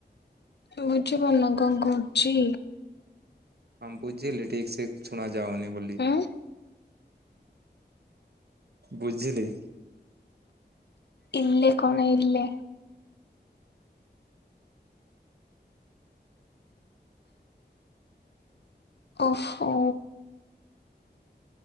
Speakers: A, on the left; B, on the right.
A: ତୁମେ ବୁଝିପାରୁନ କଣ କୋହୁଛି?
B: ହଁ ବୁଝିଲି ଠିକ ସେ ଶୁଣା ଯାଉନି ବୋଲି।
A: ଆଉ।
B: ବୁଝିଲି।
A: ଇଲେ କଣ ଇଲେ? ଓହୋ।